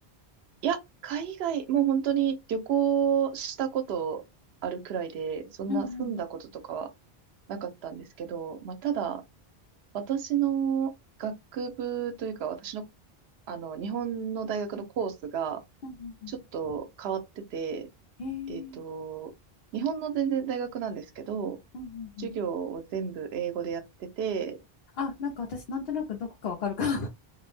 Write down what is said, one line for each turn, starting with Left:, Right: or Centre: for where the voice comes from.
Right: いや、海外、もう本当に旅行したことあるくらいで、そんな住んだこととかは
Left: うんうん
Right: なかったんですけど、まあ、ただ、私の学部というか、私の、あの、日本の大学のコースが、
Left: うんう
Right: ちょっと変わってて、
Left: んええ
Right: えっと、
Left: ー、
Right: 日本の全然大学なんですけど、
Left: うんうんうん。
Right: 授業を全部英語でやってて、
Left: あ、なんか私なんとなくどこかわかるかも